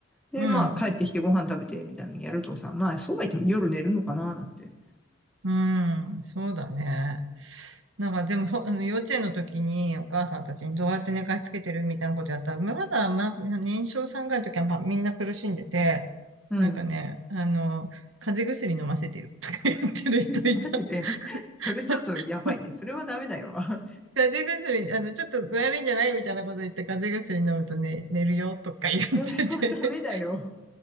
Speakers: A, in the centre; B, on the right.
A: で、
B: うん。
A: まあ、帰ってきてご飯食べて、みたいなのやるとさ、まあ、そうは言っても夜寝るのかな、なんて。
B: うん、そうだね。なんかでも、ほあの幼稚園の時にお母さんたちにどうやって寝かしつけてるみたいなことやったら、まだ、ま、年少さんぐらいの時は、ま、みんな苦しんでて、
A: うん。
B: なんかね、あの、風邪薬飲ませてるとか言ってる人いた。
A: <laughs> マジで。それちょっとやばいね。
B: <laughs>
A: それはダメだよ。<laughs>
B: 風邪薬、あの、ちょっと具合悪いんじゃないみたいなこと言って、風邪薬飲むとね、寝るよとか言ってて、
A: それはダメだよ。